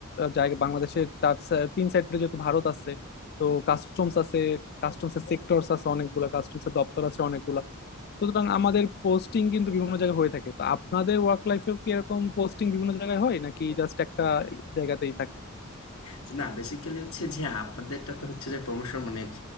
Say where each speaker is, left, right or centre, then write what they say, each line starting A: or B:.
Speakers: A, on the left; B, on the left.
A: জায়গা বাংলাদেশের চার side- তিন সাইডে যেহেতু ভারত আছে তো কাস্টমস আছে কাস্টমসের সেক্টরস আছে অনেকগুলা কাস্টমসের দপ্তর আছে অনেকগুলা সুতরাং আমাদের পোস্টিং কিন্তু বিভিন্ন জায়গায় হয়ে থাকে তো আপনাদের ওয়ার্ক লাইফেও কি এরকম পোস্টিং বিভিন্ন জায়গায় হয় নাকি জাস্ট একটা জায়গাতেই থাকে
B: যে না বেসিক্যালি হচ্ছে যে আপনাদেরটা তো হচ্ছে যে প্রমোশন মানে আহ,